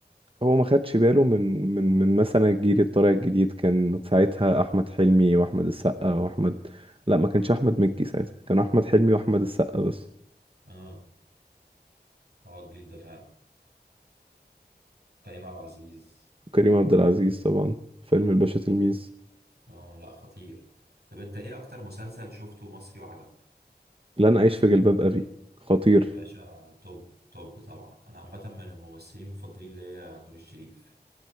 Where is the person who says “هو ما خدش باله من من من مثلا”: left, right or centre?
Right